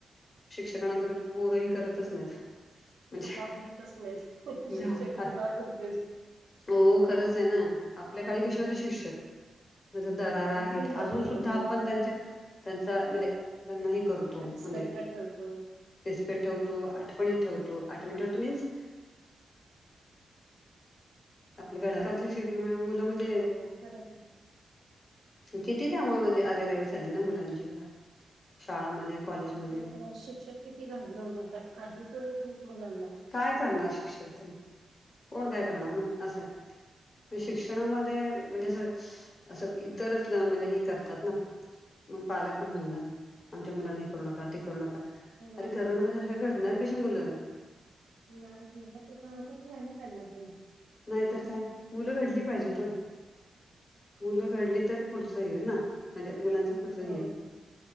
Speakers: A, on the left; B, on the right.
A: शिक्षकानां तर, पोरं ही, करतच नाहीत. म्हणजे
B: घाबरतच नाहीत
A: <unintelligible>
B: शिक्षक घाबरतेच.
A: हो, खरंच आहे ना. आपल्या काळी कसे होते शिक्षक? जस दरारा
B: आपण
A: हे
B: किती
A: ते.
B: घाबरत
A: अजून सुद्धा
B: होतो.
A: आपण त्यांच्या त्यांचा, म्हणजे त्यांना ही करतो. म्हणजे
B: रिस्पेक्ट ठेवतो.
A: रिस्पेक्ट ठेवतो. आठवणी ठेवतो. आठवणी ठेवतो मीन्स आपलं <unintelligible> मुलं मंजे
B: हो, खरंय की.
A: किती त्यामुळे
B: हो
A: म्हणजे,
B: हो
A: अरेरावी चालली ना मुलांची बघा. शाळामध्ये कॉलेजमध्ये
B: <unintelligible> शिक्षक किती घाबरवून राहतात. काही करत नाहीत मुलांना.
A: काय करणार शिक्षक तरी? कोण काय करणार ना, असंय. शिक्षणामध्ये, म्हणजे अस <unintelligible> असं इतर मधे ही करतात ना. मग पालक पण म्हणणार, आमच्या मुलांना हे करू नका, ती करू नका.
B: हो
A: अरे करू <unintelligible> घडणार कशी मुलं?
B: <unintelligible> पण ते कळतच नाही ना त्यांना काही.
A: नाहीतर काय? मुलं घडली पाहिजेत ओ. मुलं घडली तर, पुढचं <unintelligible> ना म्हणजे मुलांच ह
B: हो